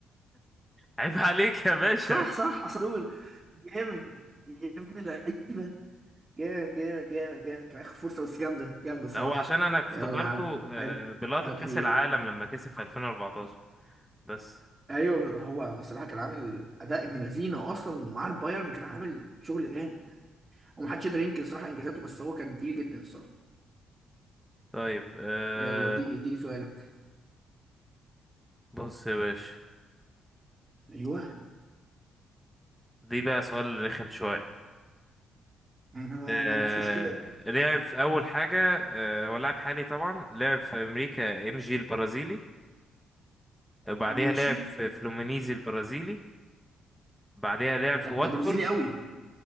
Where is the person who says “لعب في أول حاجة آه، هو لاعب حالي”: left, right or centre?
Centre